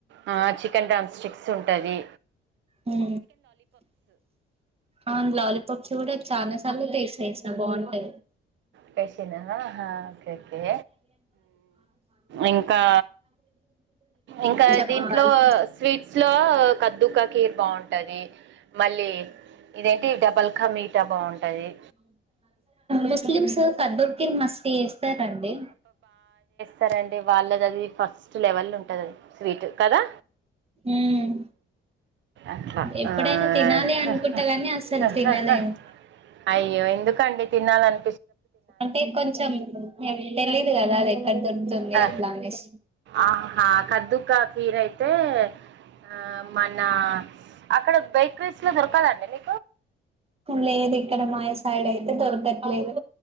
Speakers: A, on the right; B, on the right.
A: ఆ చికెన్ మ్ స్టిక్స్ ఉంటది
B: హ అవును లాలీపప్ చూ కూడా చాలా సార్ాస్స్త బాగుంటే
A: కసిననా ఓకేకే ఇంకా ఇంకా
B: చెప్పాలి
A: దీంట్లో స్వీట్స్ లో కద్దుక కీర్ బాగుంటది మళ్ళీ ఇదేంటి డబల్కా మీతా బాగుంటది
B: ముస్లిమ్స్ కబకిర్ మస్తీ వేస్తారండి
A: సరే అండి వాళ్ళేది అది ఫస్ట్ లెవెల్ ఉంటుందిండి స్వీటు కదా
B: ఉమ్
A: అట్లా <unintelligible>
B: ఎప్పుడైనా తినాలి అనుకుంటా కాని అసలు తినలేను
A: అయ్యో ఎందుకండి తినాలన్న
B: అంటే కొంచెం మ తెలీదు కదా అది ఎక్కడ దొరుకుతుంది
A: ఆ,
B: అట్లా అనేం
A: ఆహా కద్దుక్క ఫీర అయితే ఆ మన అక్కడ బేకరీస్ లో దొరకదండి మీ
B: లేదు ఇక్కడ మ సైడ్ అయితే దొరకట్లేదు